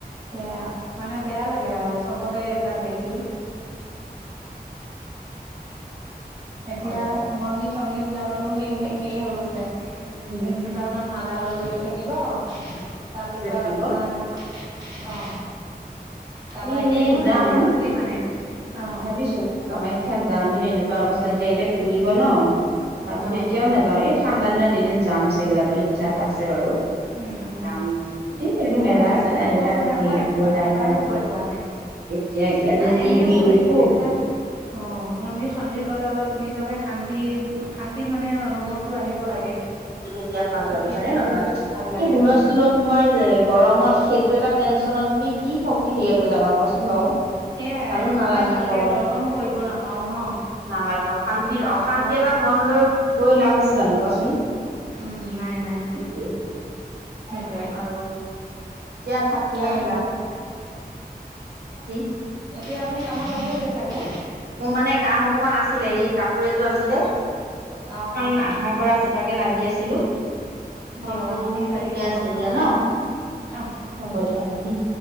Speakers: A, on the right; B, on the right.
A: সেয়া মানে বেয়া লাগে আৰু চবতে এইবিলাক দেখি। এতিয়া
B: হয় দিয়া।
A: মন্দিৰ-চন্দিৰ বিলাকতো সেই একে হৈ গৈছে
B: উম,
A: দুডাল মান মালা লৈ ৰৈ থাকিব তাৰপিছত
B: গৈ থাকিব
A: আপোনাৰ অ কাৰোবাকে
B: আমি এনেই
A: জোৰ
B: যাম,
A: জবৰদস্তি মানে অ
B: ভাবিছোঁ কামাখ্যাত যাম কিন্তু এনেকুৱা অৱস্থা এতিয়া এতিয়া খুলিব ন, তাৰ
A: অ
B: পিছত এতিয়াও নাযাওঁ এই ঠাণ্ডা দিনত যাম চাগে, যাবলৈ ইচ্ছা এটা আছে বাৰু
A: উম উম
B: যাম। এতি ধৰি
A: মোৰো
B: মেলা-চেলা
A: আছে ময়ো
B: এইবিলাক
A: গৈ পোৱা নাই
B: হেৰি
A: মই এব
B: গৈ লাভ
A: এবাৰো
B: নাই।
A: গৈ পোৱা নাই
B: এতিয়া ইয়াতে
A: নাই
B: যি
A: এনেও
B: ভিৰ দেখোঁ।
A: এইবিলাক অ মন্দিৰ-চন্দিৰ গ'লে অলপ নিজকে শান্তি শান্তি মানে অনুভৱটো আহিব লাগে
B: তেতিয়া ভাল
A: তেতিয়া
B: লাগে হয় নে নহয়?
A: ভাল লাগে
B: হুল
A: উম
B: স্কুলত তোমাৰ যে গৰমত সেইটো এটা টেনশচনত তুমি কি কি হেৰি যাবা কোৱাচোন বাৰু?
A: সেয়াই
B: ভালো নালাগে,
A: মানে ভালকে
B: গৰম
A: দৰ্শনো
B: হৈ
A: কৰিব নাপাও ন
B: নালাগে অশান্তিৰ
A: সেই
B: অশান্তিত
A: অ
B: এটা মন লৈ গৈ লাভ আছে জানোঁ কোৱাচোন?
A: উম নাই নাই
B: সেইটোৱে
A: সেইটোৱে।
B: বাৰু এতিয়া ভাত কিহে
A: বাৰু
B: খালা ৰাতি?
A: এতিয়া আপুনি কামত লাগি আছে চাগে?
B: মোৰ মানে কাম অকমান আছিলে, ই কাপোৰ এযোৰ আছিলে। খন
A: অ
B: আধা কৰা আছে তাকে লাগি আছিলোঁ।
A: দিয়ক
B: অ'ঠিকে
A: আপুনি লাগি থাকক
B: আছে
A: নহ'লে
B: দিয়া ন
A: অ
B: হ'ব দিয়া উম।